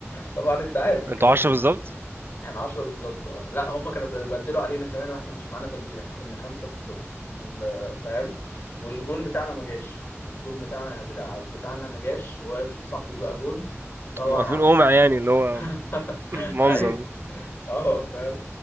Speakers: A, on the left; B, on the right.
A: طبعا أنت عارف الكلام
B: انتوا 10
A: ده
B: بالظبط
A: احنا 10 بالظبط اه لا هم كانوا بيبدلوا علينا كمان واحنا مش معانا تبديل احنا كنا خمسة بالظبط ال- فاهم والجون بتاعنا ما جاش الجون بتاعنا بتاع بتاعنا ما جاش واقف صاحبي بقى جون طبعا
B: واقفين
A: عار
B: قمع يعني اللي هو
A: <laughs>
B: <clears throat> منظر
A: ايوه
B: ده
A: اه فاهم